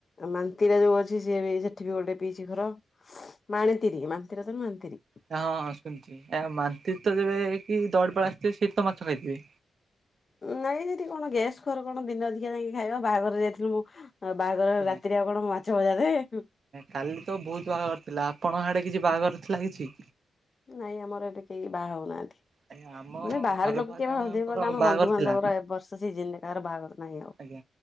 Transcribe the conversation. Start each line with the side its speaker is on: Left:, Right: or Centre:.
Left: ମାନ୍ତିରା ଯୋଉ ଅଛି ସିଏ ବି ସେଠି ବି ଗୋଟେ ପିଇସି ଘର। ମାଣିତିରି ମାନତିରସ ମାନତିରି।
Right: ହଁ-ହଁ ଶୁଣିଛି ଆ ମାନ୍ତି ତ ଦେବେ କି ଦରଡିପାଳ ଆସିଥିବେ ସେଠି ତ ମାଛ ଖାଇଥିବେ।
Left: ନାଇଁ ଦିଦି କଣ ଗ୍ୟାସ୍ ଖର କଣ ଦିନ ଅଧିକା ଯାଇକି ଖାଇବା ବାହାଘରରେ ଯାଇଥିଲୁ ମୁଁ ଆ ବାହାଘର
Right: ଆଜ୍ଞା
Left: ରାତିରେ ଆଉ କଣ ମାଛ ଭଜା ଦେବେ?
Right: କାଲି ତ ବୋହୁତ୍ ବାହାଘର ଥିଲା ଆପଙ୍କ ଆଡେ କିଛି ବାହାଘର ଥିଲା କିଛି?
Left: ନାଇଁ ଆମର ଏବେ କେହି ବାହା ହଉନାହାନ୍ତି।
Right: ଆଜ୍ଞା ଆମ
Left: ମାନେ ବାହାରେ
Right: ଘର
Left: ଲୋକ
Right: ପାଖ
Left: କିଏ
Right: ଜଣଙ୍କର
Left: ବହାହାଉଥିବେ। ବଟ ଆମ
Right: ବାହାଘର
Left: ବନ୍ଧୁବାନ୍ଧବର
Right: ଥିଲା
Left: ଏବର୍ଷ ସିଜିନରେ କାହାର ବାହାଘର ନାହିଁ ଆଉ।
Right: ଆଜ୍ଞା।